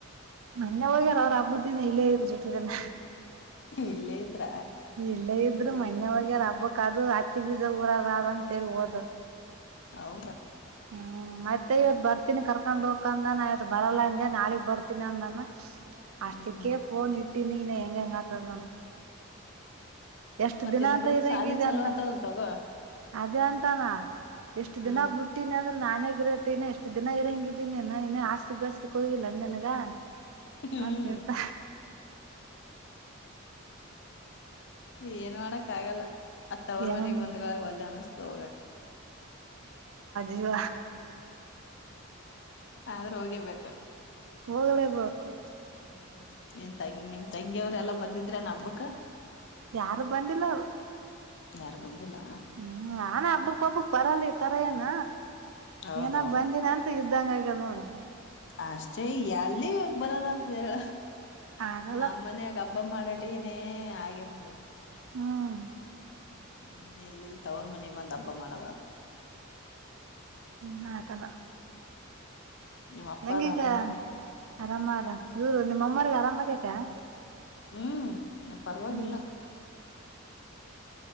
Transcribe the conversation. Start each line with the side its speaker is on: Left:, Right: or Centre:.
Right: ಅಣ್ಣ ಹೋಗ್ಯಾರ ಅವ್ರ ಹಬ್ಬುದ್ದೇನ ಇಲ್ಲೇ ಇದ್ರು ಜಿಟ್ಟಿದನ
Left: ಇಲ್ಲೇ ಇದ್ರ
Right: ಇಲ್ಲೇ ಇದ್ರರು
Left: ಏ
Right: ಮೊನ್ನೆಹೋಗಾರ ಹಬ್ಬಕ್ ದು ಹತ್ತಿ ಬೀಜ ಊರದ ಅಂತೇಳಿ ಹೋದು
Left: ಹೌ
Right: ಹ್ಮ್ ಮತ್ತೆ ಇವ್ದ ಬರ್ತೀನಿ ಕರ್ಕೊಂಡು ಮುಖಂದಾನ ಆಯತ್ ಬರಲ್ಲಾಂದೆ ನಾಳಗ್ ಬರ್ತೀನಿ ಅಂದಾನ ಅಷ್ಟಕ್ಕೆ
Left: ಹ್ಮ್ ಹ್ಮ್
Right: ಫೋನ್ ಇಟ್ಟ ತಿನನ ಎಂಂಗತದಾನ <unintelligible> ಎಷ್ಟ
Left: ಮತ್ತೇನ್
Right: ದಿನ ಅಂತ
Left: ಹುಡುಗರು
Right: ಇದಂಗ
Left: ಸಾಲಿ
Right: ಇದೆ
Left: ಚಲೋ
Right: ಅಂತ
Left: ಆತವಲ್ ತಗೋ
Right: ಅದೇ ಅಂತಾನ ಎಷ್ಟು
Left: ಹಾ
Right: ದಿನಗ್ಬ ಬಿಟ್ಟಿನ ನ ನಾನೇ ಗಿರಟ್ ಇನ್ನ ಎಷ್ಟು ದಿನ ಇರಂಗಿದ್ದೀನಿ ಇನ್ನ ಆಸ್ತಿ ಬಸ್ತಿಕ್ ಹೋಗಿಲ್ಲ ನೀನ್ಗ
Left: ಹ್ಮ್
Right: ಹ ನಿರ್ತ
Left: ಏನ್ ಮಾಡಕ್ ಆಗಲ್ಲ ಅ ತವರು
Right: ಏನೋ
Left: ಮನೆಗ್ ಬಂದ್ಗಳಾಗ ಒಲ್ಲ ಅನ್ನಸ್ದ ಹೋಗಕ್
Right: ಇವ
Left: <inaudible> ಆದ್ರೂ ಹೋಗಿರಬೇಕು
Right: ಹೋಗಲೇಬೇಕು
Left: ಹ್ಮ್ ನ್ ತಂಗಿ ನಿಮ ತಂಗಿಯವರೆಲ್ಲ ಬಂದಿದ್ರ ನ ಹಬ್ಬಕ್ಕೆ
Right: ಯಾರು ಬಂದಿಲ್ಲ ಅವ್ರು
Left: ಯಾರು ಬಂದಿಲ್ಲ
Right: ಹ್ಮ್ ನಾನ ಹಬ್ಬಕ್ ಪಬ್ಬಕ್ ಬರಲಿ ತರ ಏನ
Left: ಹೌದೌದು
Right: ಏನ ಬಂದಿನ ಅಂತ ಇದ್ದಂಗ ನೋಡ್
Left: ಅಷ್ಟೇ ಎಲ್ಲಿ ಬರೋದ ಆತದ ಹೇಳ
Right: ಆಗಲ್ಲ
Left: ನಮ್ಮ ಮನ್ಯಗ ಹಬ್ಬ ಮಾಡಾಟ ಏನೇ ಏ ಆಗಿರ್ತದೆ
Right: ಹ್ಮ್
Left: ಹ ಇನ್ನ ಇಲ್ಲಿಲ್ ತವ್ರ ಮನೆಗೆ ಬಂದ್ ಹಬ್ಬ ಮಾಡೋದ ಅದು
Right: ನ ಕದ
Left: ಹ್ಮ್ ನಿಮ್ ಅಪ್ಪ
Right: ಹೆಂಗೀಗ
Left: ಅದ ಆರಾಮಲ್ಲ
Right: ಆರಾಮಾರ ಇವರು ನಿಮ್ಮಮ್ಮಗೆ
Left: ಹ್ಮ್
Right: ಆರಾಮ್ ಐತ?
Left: ಹ್ಮ್ ಪರವಾಗಿಲ್ಲ
Right: ಹ್ಮ್